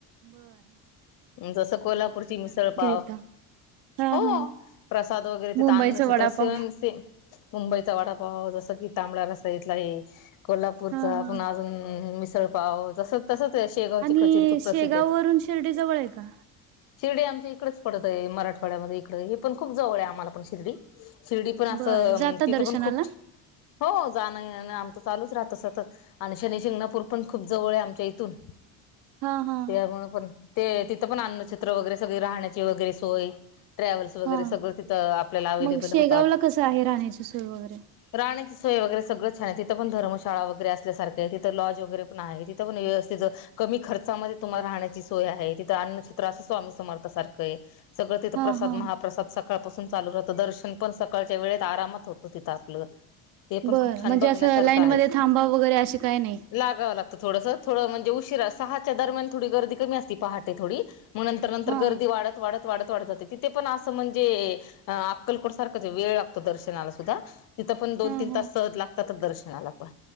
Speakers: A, on the right (about 60°); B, on the left (about 55°).
A: बरं.
B: जसं कोल्हापूरची मिसळंपाव
A: तिथं हा
B: हो..
A: हा
B: प्रसाद वगैरें तिथं,
A: मुंबईचा
B: अन्नछत्र
A: वडापाव
B: सेवन से मुंबईचा वडांपाव, जसं कि, तांबडा रस्सा इथलां हे कोल्हांपूरचा,
A: हा हा
B: पुन्हां अजूंन मिसळंपाव जसं. तसंच शेगांवची,
A: आणि
B: कचोरी खूंप
A: शेगाव
B: प्रसिद्ध आहे.
A: वरून शिर्डी, जवळं आहे कां?
B: शिर्डी, आमच्या इकडेच पडत आहे मराठवाड्यामध्ये इकडे हे पण खूप जवळ आहे आम्हाला पण शिर्डी. शिर्डी पण असं,
A: बरं जाता
B: तिथं
A: दर्शनाला
B: पण खूप हो, जाणं-येणं आमचं चालूच राहतं सतत. आणि शनी-शिंगणापूर पण खूप जवळ आहे, आमच्या इथून.
A: हा हा
B: त्यामुळं पण, ते तिथं पण अन्नछत्र वगैरे सगळे राहण्याची वगैरे सोय. ट्रॅव्हल्स वगैरे
A: हा
B: सगळं तिथं, आपल्याला अवे्लेबल
A: मग शेगावला
B: होतात.
A: कसं आहे राहण्याची सोय वगैरे
B: राहाण्याची सोय वगैरे सगळं छान आहे. तिंथ पण धर्मशाळा वगैरे असल्यासारख आहे. तिथं लॉज वगैरे पण आहे. तिथ पण व्यवस्थितं कमी खर्चामध्ये तुम्हाला राहण्याची सोय आहे. तिथं अन्नछत्र असं, स्वामी समर्था सारखं आहे. सगळ तिथं
A: हा
B: प्रसाद
A: हा
B: महाप्रसाद सकाळपासून चालू राहतं. दर्शन पण, सकाळच्या वेळेत आरामात होतो तिथं आपलं. ते पण
A: बरं,
B: खूप छान
A: म्हणजे
B: बघण्यासारखं
A: असं लाईनमध्ये थांबा वगैरे अशी काय नाही.
B: लागाव लागत थोडस. थोडं म्हणजे उशिरा, सहाच्या दरम्यान थोडी गर्दी कमी असती पहाटे थोडी मग नंतर नंतर,
A: हा
B: गर्दी वाढत वाढत वाढत वाढत जाते ते पण असं म्हणजे, अक्कलकोट सारखंच आहे वेळ लागतो दर्शनाला सुद्धा तिथं पण, दोन
A: हा
B: तीन
A: हा
B: तास सहज लागतातच दर्शनाला पण